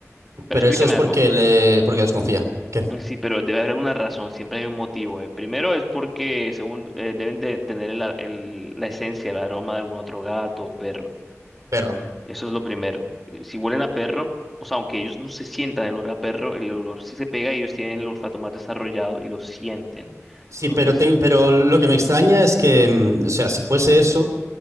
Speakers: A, in the centre; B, on the right.
A: Pero
B: pero
A: explícame
B: eso es porque
A: algo.
B: le, porque desconfía. ¿Qué?
A: Mm, Sí, pero debe haber alguna razón, siempre hay un motivo. eh. Primero es porque según eh, deben de tener el a- el- la esencia, el aroma de algún otro gato o perro.
B: Perro.
A: Eso es lo primero. Eh, Si huelen a perro, o sea, aunque ellos no se sientan el olor a perro, el olor sí se pega y ellos tienen el olfato más desarrollado y lo sienten.
B: Sí,
A: Entonces,
B: pero, te- pero lo que me extraña es que, mm, o sea, si fuese eso,